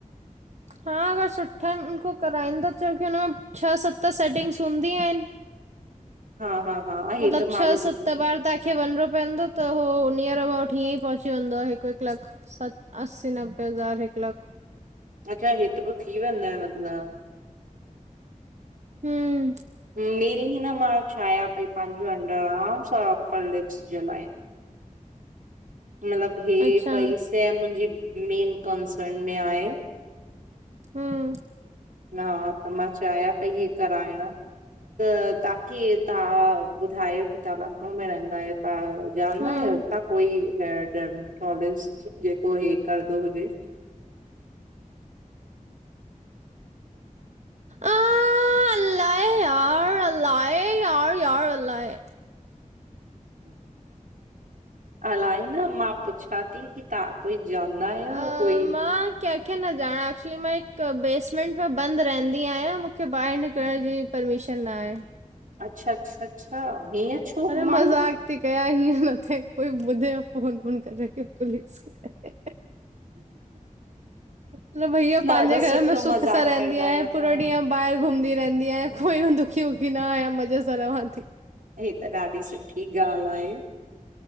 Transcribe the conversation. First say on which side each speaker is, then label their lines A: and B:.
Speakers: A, on the right (about 60°); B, on the right (about 75°).
A: हा, अगर सुठन खो कराईंदो, छोकी हुनमें छह सत सेटिंग्स हूंदियूं आहिनि।
B: हा हा हा हे
A: मतलब
B: त मां
A: छह,
B: बि
A: सत
B: ॿुधो आहे
A: बार तव्हांखे वञिणो पवंदो, त हो नियर अबाउट हीअं ई पहुची वेंदो आ, हिकु हिकु लख सत, असी नबे हज़ार हिकु लख
B: अच्छा हेतिरो थी वेंदो आहे मतलबु
A: हम्म
B: <unintelligible> मां चाहियां पई, पंहिंजी अंडरआर्मस ऐं अपरलिपस जे लाइ मतिलब हे
A: अच्छा
B: ॿई शइ, मुंहिंजी मेन कंसरन में आहे
A: हम्म
B: ना त मां चाहियां पई, ही कराइण त तव्हांखे कीअं तव्हां ॿुधायो की, तव्हां लखनऊ में रहंदा आहियो त ॼाणंदा
A: हम्म
B: आहियो छा कोई ड्रमालाजिस्ट जेको ही करंदो हुजे? <inaudible>
A: आ अलाए यार, अलाए, यार यार अलाए
B: अलाए न, मां पुछां थी की तव्हां कोई जाना है,
A: अ,
B: कोई
A: मां कंहिंखे न ॼाणा, एक्चुली मां हिकु बेसमेंट में बंदि रहंदी आहियां, मूंखे ॿाहिरि निकिरण जी परमीशन न आहे।
B: अच्छा अच्छा अच्छा हीअं छो
A: अरे
B: माई
A: मज़ाक थी कयां, हीअं न थे कोई ॿुधे फोन बोन करे क पुलिस खे मतलब भईया पंहिंजे
B: ॾाढो
A: घर
B: सुठो
A: में सुख
B: मज़ाक
A: सां
B: कंदा
A: रहंदी आहियां
B: आहियो तव्हां!
A: पूरो ॾींहुं ॿाहिरि घुमंदी रहंदी आहियां, कोई दुखी वुखी न आहियां मज़े सां रहां थी।
B: हे त ॾाढी सुठी ॻाल्हि आहे